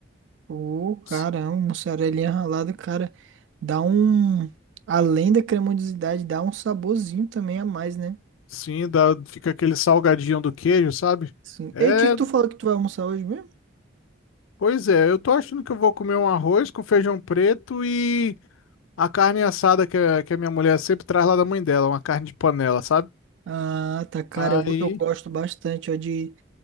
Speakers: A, on the right; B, on the left.
A: Pô, caramba,
B: S-
A: uma cerealinha ralada, cara, dá um. Além da cremosidade, dá um saborzinho também a mais, né?
B: Sim, dá, fica aquele salgadinho do queijo, sabe?
A: Sim.
B: É,
A: E o que que tu falou que tu vai almoçar hoje mesmo?
B: pois é, eu tô achando que eu vou comer um arroz com feijão preto e a carne assada que, a- que a minha mulher sempre traz lá da mãe dela, uma carne de panela, sabe?
A: Ah, tá, cara,
B: Aí,
A: eu, eu gosto bastante, ó, de,